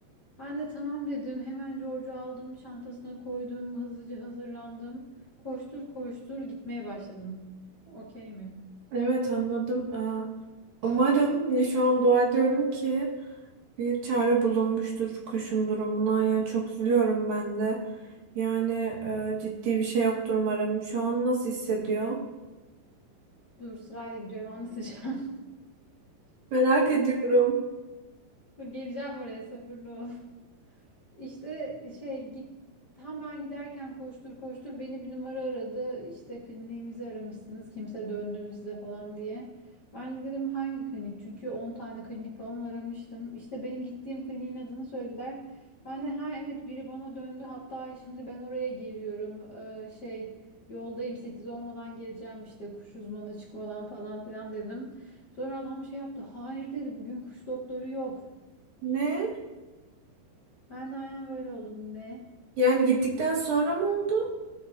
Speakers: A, on the left (about 50°); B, on the right (about 60°).
A: Ben de tamam dedim hemen George'u aldım çantasına koydum hızlıca hazırlandım. Koştur koştur gitmeye başladım. Okey mi?
B: Evet anladım. Aa, umarım ya şu an dua ediyorum ki Bir çare bulunmuştur kuşun durumuna. Yani çok üzülüyorum ben de. Yani e, ciddi bir şey yoktur umarım. Şu an nasıl hissediyor?
A: Dur sırayla gidiyorum anlatacağım.
B: Merak ediyorum.
A: <laughs> Dur geleceğim oraya sabırlı ol. İşte şey git tam ben giderken koştur koştur beni bir numara aradı. İşte kliniğimizi aramışsınız kimse döndü mü size falan diye. Ben de dedim hangi klinik? Çünkü 10 tane klinik falan aramıştım. İşte benim gittiğim kliniğin adını söylediler. Ben de ha evet biri bana döndü. Hatta şimdi ben oraya geliyorum. Ee, şey yoldayım 8 olmadan geleceğim işte kuş uzmanı çıkmadan falan filan dedim. Sonra adam şey yaptı. Hayır dedi bugün kuş doktoru yok.
B: Ne?
A: Ben de aynen böyle oldum ne?
B: Yani gittikten sonra mı oldu?